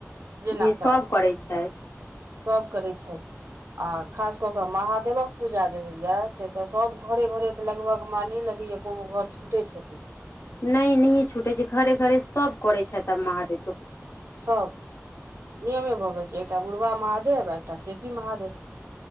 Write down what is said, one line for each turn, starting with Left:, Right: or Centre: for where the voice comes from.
Right: जेना
Left: जी
Right: करय
Left: सभ करै छथि
Right: सभ करैत छैथ आ खास कऽ कऽ महादेवक पूजा जे होइया से तऽ सभ घरे भे भरे तऽ लगभग हमरा नइ लगैया कोनो घर छुटैत हेतै
Left: नहि नहि छूटैत छै घरे घरे सभ करै छथि आब महादेव
Right: सब नियमे भऽ गेल छै एकटा बुढ़वा महादेव देव एकटा चेकी महादेव